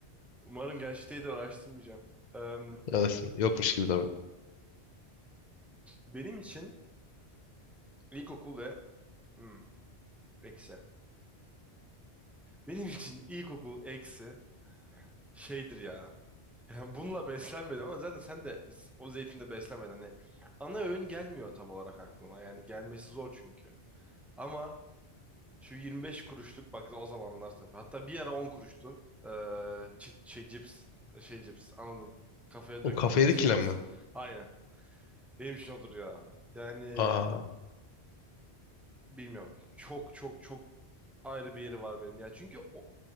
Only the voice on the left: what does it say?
Arasında Yokmuş gibi davran.
O
kafaya
dikilenme.
Aa,